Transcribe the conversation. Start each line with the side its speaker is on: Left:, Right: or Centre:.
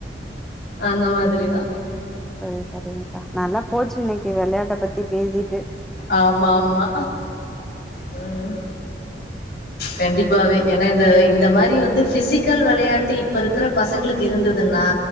Left: அந்த மாதிரி தா
Centre: சரி சரிங்கக்கா நல்லா போச்சு இன்னைக்கு வெளையாட்ட பத்தி பேசிட்டு
Left: ஆமா ஆமா ம் கண்டிப்பாவே ஏன்னா இந்த இந்த மாரி வந்து பிசிக்கல் வெளையாட்டு இப்ப இருக்கிற பசங்களுக்கு இருந்து இதுன்னா